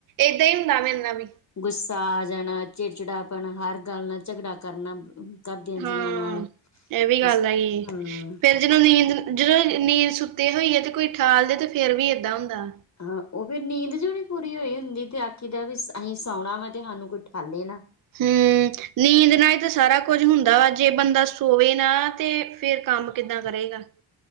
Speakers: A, on the right; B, on the left.
A: ਏਦਾਂ ਹੀ ਹੁੰਦਾ ਮੇਰੇ ਨਾਂ ਵੀ
B: ਗੁੱਸਾ ਆ ਜਾਣਾ, ਚਿੜਚਿੜਾਪਣ, ਹਰ ਗੱਲ ਨਾਲ਼ ਝਗੜਾ ਕਰਨਾ ਘਰਦਿਆਂ ਜੀਆਂ
A: ਹਾਂ
B: ਨਾਲ਼
A: ਇਹ ਵੀ ਗੱਲ
B: ਇਸ
A: ਹੈਗੀ
B: ਹਾਂ
A: ਫੇਰ ਜਦੋਂ ਨੀਂਦ ਜਦੋਂ ਨੀਂਦ ਸੁੱਤੇ ਹੋਈ ਹੈ ਤੇ ਕੋਈ ਠਾਲਦੇ ਤੇ ਫ਼ੇਰ ਵੀ ਏਦਾਂ ਹੁੰਦਾ
B: ਹਾਂ ਉਹ ਫੇ਼ਰ ਨੀਂਦ ਜੋ ਪੂਰੀ ਹੋਈ ਹੁੰਦੀ ਤੇ ਆਖੀਦਾ ਵੀ ਅਸੀਂ ਸੌਣਾ ਵਾ ਤੇ ਸਾਨੂੰ ਕੋਈ ਠਾਲੇ ਨਾ
A: ਹਮ। ਨੀਂਦ ਨਾਲ਼ ਈ ਤਾਂ ਸਾਰਾ ਕੁੱਝ ਹੁੰਦਾ ਵਾ ਜੇ ਬੰਦਾ ਸੋਵੇ ਨਾ ਤੇ ਫੇ਼ਰ ਕੰਮ ਕਿੱਦਾਂ ਕਰੇਗਾ <inaudible>